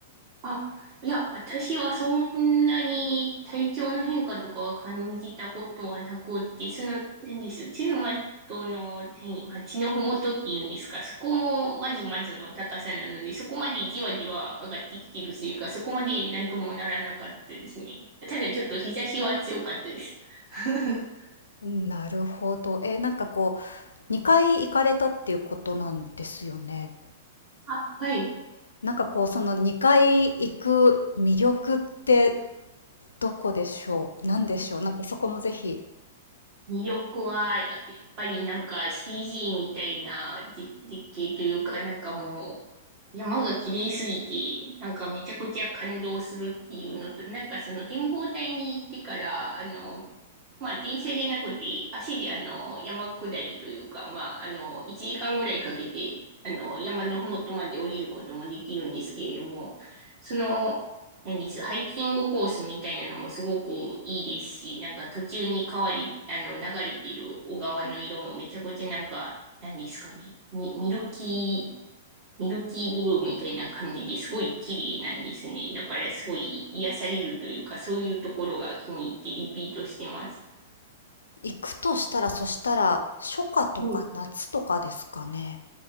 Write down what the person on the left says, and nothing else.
なるほど。えー、なんかこう、2回行かれたっていうことなんですよね。
なんかこう、その2回行く魅力ってどこでしょうなんでしょうなんかそこもぜひ。
行くとしたら、そしたら、初夏とか夏とかですかね。